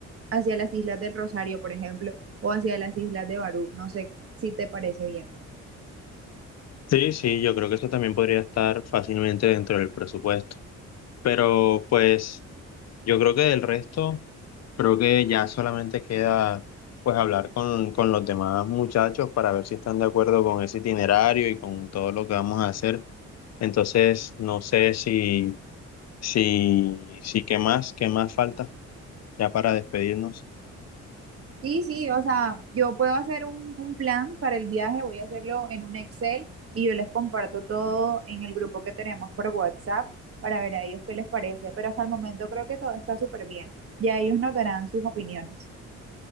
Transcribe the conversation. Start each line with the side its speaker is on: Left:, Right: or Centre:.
Right: hacia las Islas del Rosario, por ejemplo, o hacia las Islas de Barú. No sé si te parece bien.
Left: Sí, sí, yo creo que eso también podría estar fácilmente dentro del presupuesto. Pero pues yo creo que del resto, creo que ya solamente queda pues hablar con, con los demás muchachos para ver si están de acuerdo con ese itinerario y con todo lo que vamos a hacer. Entonces, no sé si... Sí, sí, ¿qué más? ¿Qué más falta? Ya para despedirnos.
Right: Sí, sí, o sea, yo puedo hacer un, un plan para el viaje, voy a hacerlo en un Excel y yo les comparto todo en el grupo que tenemos por WhatsApp para ver a ellos qué les parece, pero hasta el momento creo que todo está súper bien. Ya ellos nos darán sus opiniones.